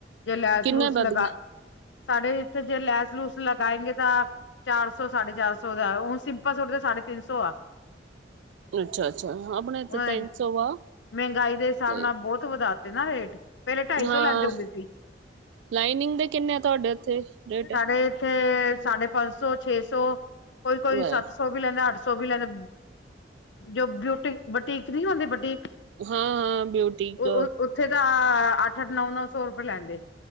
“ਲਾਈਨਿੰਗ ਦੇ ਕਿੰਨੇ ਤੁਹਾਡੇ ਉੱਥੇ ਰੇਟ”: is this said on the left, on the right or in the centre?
Right